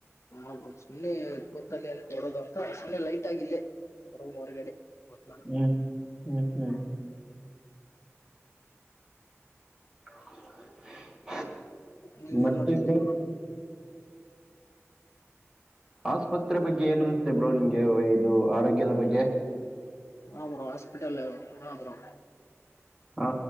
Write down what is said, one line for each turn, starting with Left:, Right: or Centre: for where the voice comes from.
Left: ಹೌದು ಸುಮ್ಮನೆ ಕೂತಲ್ಲಿ ಏನ್ ಕೊರೊದು ಅಂತ ಸುಮ್ಮನೆ ಲೈಟ್ ಆಗಿ ಇಲ್ಲೇ ರೂಮ್ ಹೊರಗಡೆ. ವಾಕ್
Right: ಹ್ಮ್ ಹ್ಮ್ <inaudible>
Left: ನೀವ
Right: ಮತ್ತೆ
Left: ಏನ್ ಮಾಡ್ತ <unintelligible>
Right: ಬ್ರೋ ಆಸ್ಪತ್ರೆ ಬಗ್ಗೆ ಏನ್ ಅನ್ಸುತ್ತೆ ಬ್ರೋ ನಿಮಗೆ ಇದು ಆರೋಗ್ಯದ ಬಗ್ಗೆ.
Left: ಹಾ ಬ್ರೋ ಹಾಸ್ಪಿಟಲ್ ಹಾ ಬ್ರೋ.
Right: ಹಾ